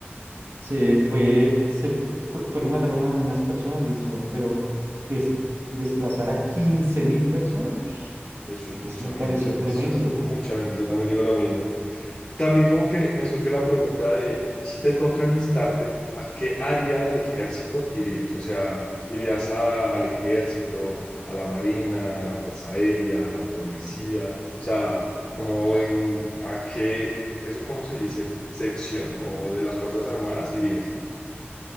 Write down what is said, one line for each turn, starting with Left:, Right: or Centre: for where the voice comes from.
Right: se fue, se fu- fue- fueron y mataron a unas personas, listo, bueno, pero des- desplazar a quince mil personas, ush,
Left: eso es mucha
Right: eso me
Left: gente,
Right: pareció tremendo.
Left: eso es mucha gente. Yo también digo lo mismo. También como que me surge la pregunta de si te toca enlistarte, ¿a qué área del ejército irías? O sea, ¿irías a- al ejército, a la marina, a la fuerza aérea, a la policía? O sea, como en a qué, eso cómo se dice, sección o de las fuerzas armadas irías?